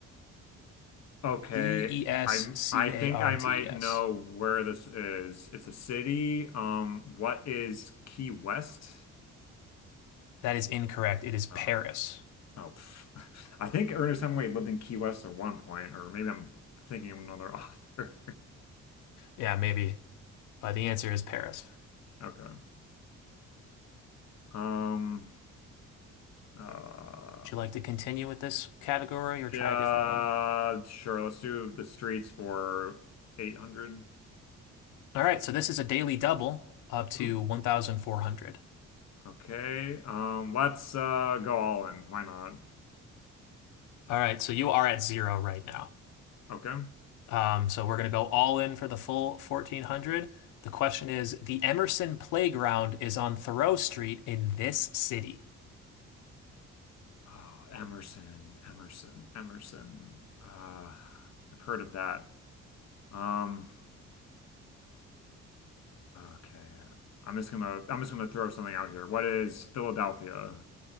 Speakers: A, on the left; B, on the left.
A: Okay.
B: D-E-S-C-A-R-T-E-S.
A: I'm I think I might know where this is. It's a city. Um, what is Key West?
B: That is incorrect. It is Paris.
A: Oh, oh, pff. <laughs> I think Ernest Hemingway lived in Key West at one point, or maybe I'm thinking of another <laughs> author.
B: Yeah, maybe, but the answer is Paris.
A: Okay. Um, uh,
B: Would you like to continue with this category or try
A: Yeah,
B: a different one?
A: sure. Let's do the streets for 800.
B: All right, so this is a daily double up to
A: Ooh.
B: 1,400.
A: Okay. Um, let's uh go all in. Why not?
B: All right, so you are at zero right now.
A: Okay.
B: Um, so we're going to go all in for the full 1400. The question is, the Emerson Playground is on Thoreau Street in this city.
A: Oh, Emerson, Emerson, Emerson. Uh, I've heard of that. Um, okay. I'm just gonna I'm just gonna throw something out here. What is Philadelphia?